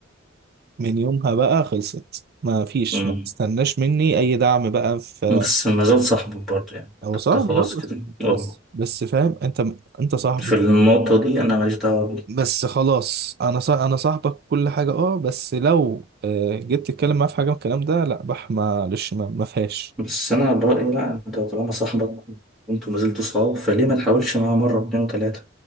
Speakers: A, on the right (about 50°); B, in the centre.
A: من يومها بقى خلصت ما فيش
B: أمم.
A: ما تستناش مني اي دعم بقى في
B: بس ما زال صاحبه برضه يعني
A: هو صاحبي
B: انت خلاص
A: اه
B: كده
A: بس
B: اه
A: بس بس فاهم انت انت صاحبي
B: في النقطه دي انا ماليش دعوه بيه
A: بس خلاص انا صاح... انا صاحبك كل حاجه اه بس لو آه، جيت تتكلم معايا في حاجه من الكلام ده لا بح معلش ما ما فيهاش
B: بس انا برأيي لا انت طالما صاحبك وانتوا ما زلتوا صحاب فليه ما تحاولش معاه مره واتنين وتلاته